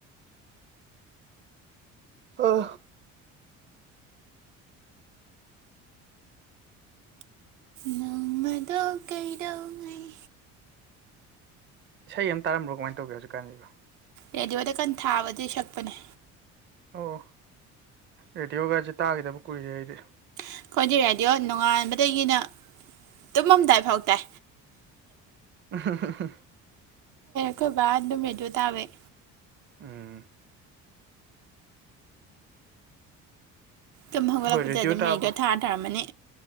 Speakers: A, on the right (about 35°); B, on the right (about 75°).
A: ꯑ <unintelligible>
B: ꯅꯣꯡꯃꯗꯣ ꯀꯩꯗꯧꯉꯩꯏ
A: ꯀꯩ ꯇꯔꯝꯕꯣ ꯀꯃꯥꯏ ꯇꯧꯒꯦ ꯍꯧꯖꯤꯛꯀꯥꯟꯁꯤꯕ
B: ꯔꯦꯗꯤꯑꯣꯗ ꯀꯟꯅ ꯊꯥꯕꯗꯤ ꯁꯛꯄꯅꯦ
A: ꯑꯣ ꯔꯦꯗꯤꯑꯣꯒꯁꯦ ꯇꯥꯈꯤꯗꯕ ꯀꯨꯏꯔꯦ ꯑꯩꯗꯤ
B: ꯑꯩꯈꯣꯏꯗꯤ ꯔꯦꯗꯤꯑꯣ ꯅꯣꯡꯉꯥꯟꯕꯗꯒꯤꯅ ꯇꯨꯝꯃꯝꯗꯥꯏ ꯐꯥꯎ ꯇꯥꯏ
A: ꯑ <unintelligible>
B: ꯑꯩꯈꫭꯏ ꯕꯅꯥ ꯗꯨꯝ ꯔꯦꯗꯤꯌꯣꯇꯕꯩ
A: ꯎꯝ
B: ꯇꯨꯝ ꯍꯧꯒꯠꯂꯛꯄꯗ
A: ꯍꯣꯏ ꯔꯦꯗꯤꯑꯣ
B: ꯑꯗꯨꯝ
A: ꯇꯥꯕ
B: ꯔꯦꯗꯤꯌꯣ ꯊꯔꯒ ꯊꯝꯃꯝꯅꯤ